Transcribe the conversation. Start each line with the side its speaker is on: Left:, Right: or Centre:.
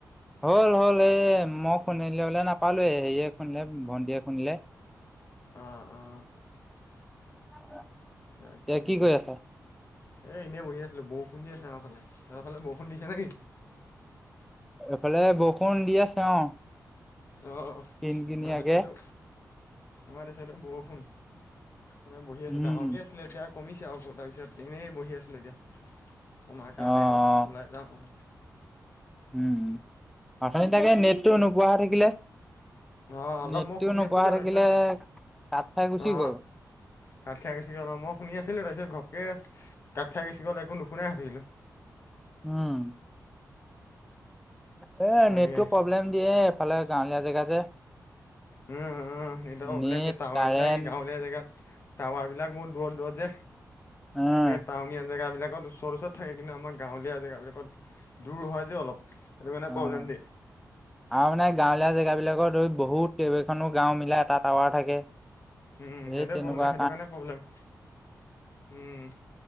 Centre: হ'ল হ'ল এ, মই খুন্দিবলে নাপালোঁ, হেয়ে খুন্দিলে ভন্টিয়ে খুন্দিলে।
Left: অ', অ'।
Centre: <unintelligible>
Left: তাকেহে।
Centre: এতিয়া কি কৰি আছা?
Left: এ, এনে বহি আছিলোঁ, বৰষুণ দি আছে আমাৰফালে। সেইফালে বৰষুণ দিছে নেকি?
Centre: এইফালে বৰষুণ দি আছে অ'।
Left: অ'
Centre: কিন কিনিয়াকে
Left: আমাৰ এই চাইডেও আমাৰ এই চাইডেও বৰষুণ। মে বহি আছোঁ,
Centre: উম,
Left: ডাঙৰকে আছিলে এতিয়া কমিছে আ, তাৰপিছত এনেই বহি আছিলোঁ এতিয়া। কমাৰ
Centre: অ',
Left: কাৰণেও
Centre: অ',
Left: ওলাই যাম আৰু।
Centre: উম। অথনি তাকে নেটটো নোপোৱা হৈ থাকিলে।
Left: অ অলপ
Centre: নেটোও
Left: মই শুনি
Centre: নোপোৱা
Left: আছিলোঁ
Centre: হৈ
Left: তাৰপিছত
Centre: থাকিলে, কাট খাই গুচি
Left: অ
Centre: গ'ল।
Left: কাট খাই গুচি গ'ল অ' মই শুনি আছিলো তাৰপিছত ঘপকে কাট খাই গুচি গ'ল একো শুনাই নাছিলোঁ।
Centre: উম। এ,
Left: তাকে
Centre: নেটটো প্ৰব্লেম দিয়ে, এফালে গাঁৱলীয়া জেগা যে।
Left: উম, উম, নেটৰ প্ৰব্লেম
Centre: নেট,
Left: দিয়ে, টাৱাৰবিলাক
Centre: কাৰেণ্ট
Left: এই গাঁৱলীয়া জেগাত, টাৱাৰবিলাক বহুত দূৰত দূৰত যে।
Centre: অ',
Left: নেট টাউনীয়া জেগাবিলাকত ওচৰত ওচৰত থাকে কিন্তু আমাৰ গাঁৱলীয়া জেগাবিলাকত দূৰ হয় যে অলপ সেইটো কাৰণে
Centre: অ'।
Left: প্ৰব্লেম দিয়ে।
Centre: আৰু মানে গাঁৱলীয়া জেগাবিলাকৰ ধৰি বহুত কেইবেইখনো গাঁও মিলাই এটা টাৱাৰ থাকে। <inaudible>
Left: উম,
Centre: এই
Left: সেইটোৱে
Centre: তেনেকুৱা
Left: প্ৰব্লেম, সেইটো কাৰণে প্ৰব্লেম উম।